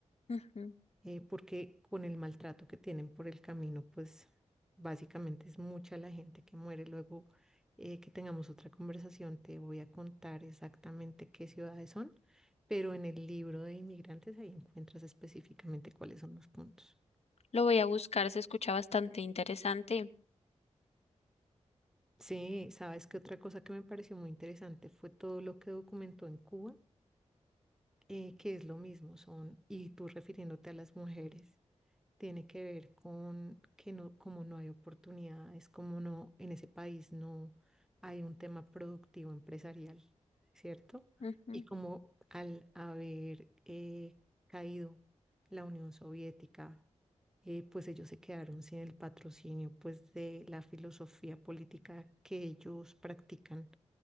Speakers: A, on the left; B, in the centre.
A: Ujú.
B: eh, porque con el maltrato que tienen por el camino, pues básicamente es mucha la gente que muere. Luego eh, que tengamos otra conversación, te voy a contar exactamente qué ciudades son, pero en el libro de inmigrantes ahí encuentras específicamente cuáles son los puntos.
A: Lo voy a buscar, se escucha bastante interesante.
B: Sí, sabes que otra cosa que me pareció muy interesante fue todo lo que documentó en Cuba eh, que es lo mismo, son, y tú refiriéndote a las mujeres, tiene que ver con que no, como no hay oportunidades, como no, en ese país no hay un tema productivo empresarial, ¿cierto?
A: Ujú,
B: Y como al haber eh, caído la Unión Soviética, eh, pues ellos se quedaron sin el patrocinio, pues de la filosofía política que ellos practican